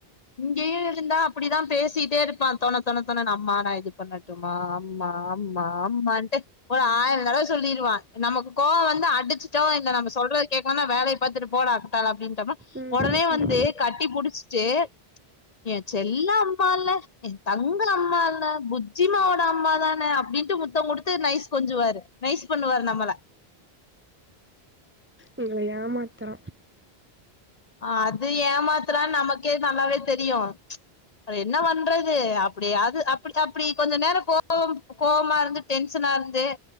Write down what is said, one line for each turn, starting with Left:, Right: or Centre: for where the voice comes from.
Left: இங்கேயும் இருந்தா அப்டிதான் பேசிட்டே இருப்பான் தண தணை தண ந அம்மா நான இது பண்ணட்டுமா ஆமா ஆமா ஆமான்ட்டு ஒரு ஆயிரம் நடவ சொல்லிருவான் நமக்கு கோவம் வந்து அடுத் இந்த நம்ம சொல்றது கேக்கும்னா வேல பிர போட ஆட்டா அப்டின்னு
Right: ம்
Left: உடனே
Right: ம்
Left: வந்து கட்டி புடிச்சிட்டு என் செல்ல அம்ம இல்ல என் தங்க அம்மா இல்ல புஜிமாவோட அம்மாதானே அப்டின்ட்டு முத்தம் கொடுத்து நைஸ் கொஞ்சுவாரு நைசு பண்ணுவாரு நம்மள
Right: உங்கள ஏமாத்துற
Left: ஆம் அது ஏமாத்தான் நமக்கு நல்லாவே தெரியும் என்ன பண்றது அப்டி அ அ அப்டி கொஞ்ச நேரம் கோம் கோபமா இருந்து டென்ஷனா இருந்து